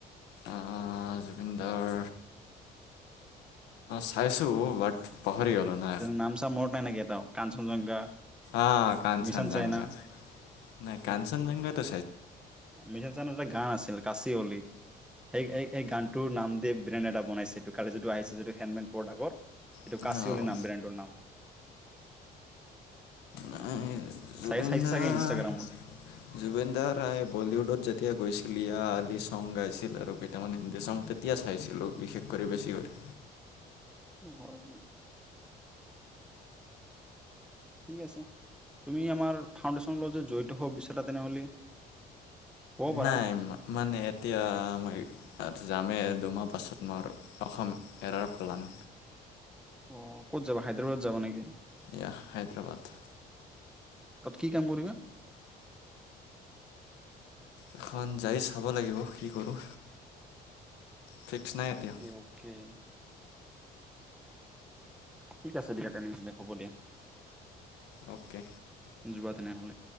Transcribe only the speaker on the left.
আ জুবিন দাৰ চাইছোঁ বাট পাহৰি গ'লো না
আ
কাঞ্চনজংঘা
নাই কাঞ্চনজংঘাটো
চাইছিলোঁ
নাই জুবিন
দাৰ
জুবিন দাৰ ৰাই বলিউডত যেতিয়া গৈছিল লিয়া আলি চং গাইছিল আৰু কেইটামান হিন্দী চং তেতিয়া চাইছিলো বিশেষকৰি বেছিকৰি
নাই মানে এতিয়া মাৰ জামে দুমাহ পাছত মোৰ অসম এৰাৰ পেলান
যাহ হায়দৰাবাদ
এখন যায় চাব লাগিব কি কৰোঁ ফিক্স নাই এতিয়া
অ'কে